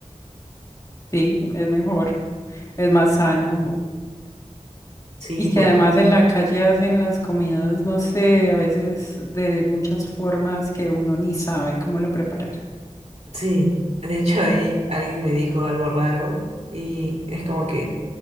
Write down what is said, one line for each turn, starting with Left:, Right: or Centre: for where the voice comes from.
Left: Sí, es mejor. Es más sano.
Right: Sí,
Left: Y que
Right: porque
Left: además en la calle hacen las comidas, no sé, a veces de muchas formas que uno ni sabe cómo lo preparar.
Right: Sí, de hecho ahí alguien me dijo algo raro y es como que